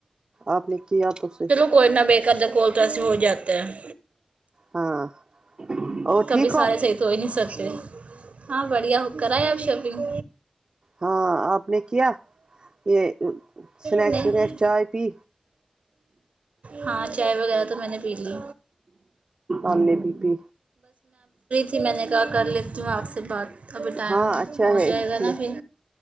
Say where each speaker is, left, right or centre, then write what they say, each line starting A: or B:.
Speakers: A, on the right; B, on the right.
A: آپ نے کیا تو صحیح
B: کونا بے قدر کوول تو سے ہو جاتا ہے
A: ہاں اور
B: کبھی
A: ٹھیک
B: سارے صحیح تو ہو ہی نہیں سکتے ہاں بڑھیا ہو کر ہے آپ شاپنگ
A: ہاں آپ نے کیا یہ اسنیکس
B: نہیں
A: ونیکس چائے پی
B: ہاں چائے وغیرہ تو میں نے پی لی
A: ام نے بھی پی
B: پھر میں نے کہا کر لیتی ہوں آپ سے بات ابھی ٹائم
A: ہاں اچھا
B: ہو
A: ہے
B: جائے گا نا
A: میں
B: پھر